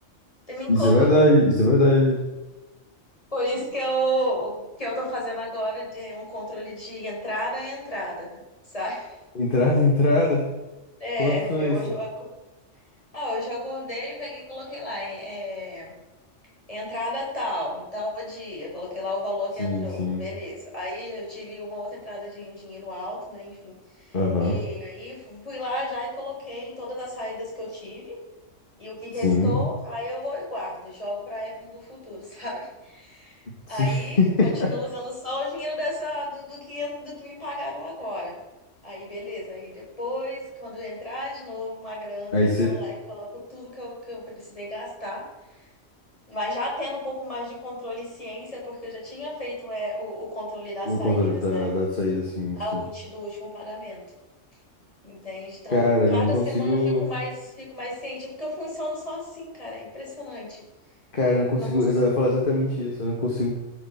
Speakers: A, on the left (about 25°); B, on the left (about 45°).
A: tem nem
B: Isso
A: como.
B: é verdade, isso é verdade.
A: Por isso que eu, o que eu tô fazendo agora de um controle de entrada e entrada, sabe? <laughs>
B: Entrada, entrada.
A: É,
B: Como é que funciona
A: eu-
B: isso?
A: hoje eu, aco- ah, hoje eu acordei, peguei e coloquei lá, é, é, entrada tal, tal dia, coloquei lá o valor
B: Sim,
A: que entrou,
B: sim.
A: beleza. Aí eu tive uma outra entrada de um dinheiro alto, né, enfim.
B: Aham.
A: E aí fui lá já e coloquei todas as saídas que eu tive. E o que restou,
B: Sim.
A: aí eu vou e guardo, jogo para a Evelyn do futuro, <laughs> sabe? Aí
B: Sim. <laughs>
A: continuo usando só o dinheiro dessa, do, do que, do que me pagaram agora. Aí beleza, aí depois, quando entrar de novo uma grana,
B: Aí
A: eu
B: você.
A: vou lá e coloco tudo que eu, que eu precisei gastar. Mas já tendo um pouco mais de controle e ciência, porque eu já tinha feito é, o, o controle das
B: O
A: saídas,
B: controle da,
A: né?
B: da saída, sim,
A: A
B: sim.
A: útil do último pagamento. Entende? Então,
B: Cara, eu
A: cada
B: não consigo.
A: semana eu fico mais, fico mais ciente, porque eu funciono só assim, cara. É impressionante.
B: Cara, eu não consigo
A: Não consigo.
B: exa- falar exatamente isso. Eu não consigo